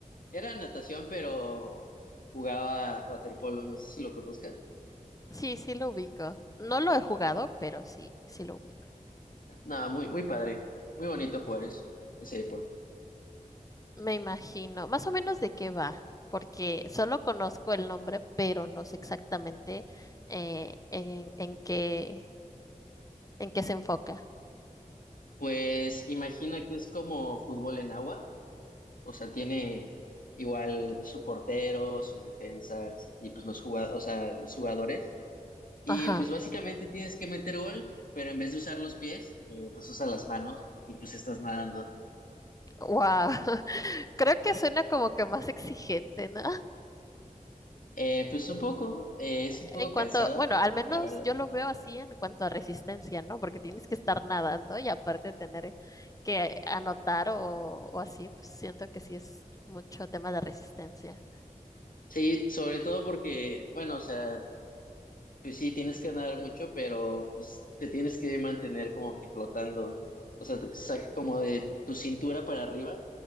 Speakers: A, on the left (about 80°); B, on the left (about 25°).
A: era natación, pero jugaba waterpolo, no sé si lo conozcas.
B: Sí, sí lo ubico. No lo he jugado, pero sí, sí lo ubico.
A: Nada, muy, muy padre. Muy bonito jugar es- ese deporte.
B: Me imagino. Más o menos de qué va, porque solo conozco el nombre, pero no sé exactamente eh, en, en qué, en qué se enfoca.
A: Pues imagina que es como fútbol en agua. O sea, tiene igual su portero, sus defensas y pues los jugadores, o sea, los jugadores. Y
B: Ajá.
A: pues básicamente tienes que meter gol, pero en vez de usar los pies, eh, pues usa las manos y pues estás nadando.
B: Wow. <laughs> Creo que suena como que más exigente, ¿no?
A: Eh, pues un poco, eh, es un poco
B: En cuanto,
A: cansado,
B: bueno, al menos
A: la verdad.
B: yo lo veo así en cuanto a resistencia, ¿no? Porque tienes que estar nadando y aparte tener que anotar o, o así, pues siento que sí es mucho tema de resistencia.
A: Sí, sobre todo porque, bueno, o sea, Pues sí, tienes que ganar mucho, pero pues te tienes que mantener como que flotando. O sea, te- sa- como de tu cintura para arriba,